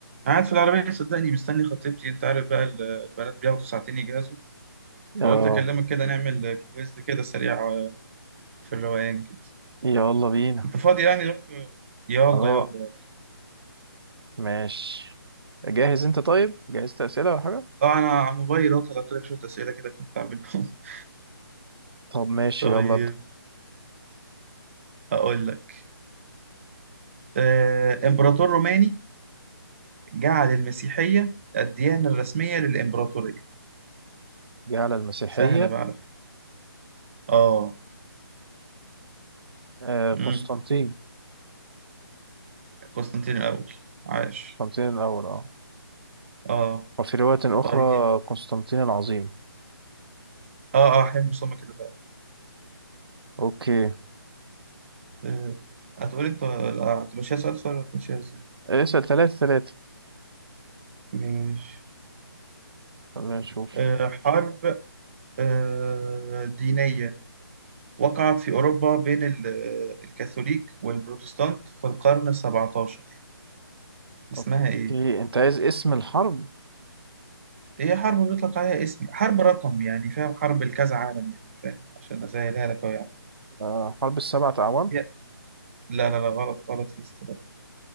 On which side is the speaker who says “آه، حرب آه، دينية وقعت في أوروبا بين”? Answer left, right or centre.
Right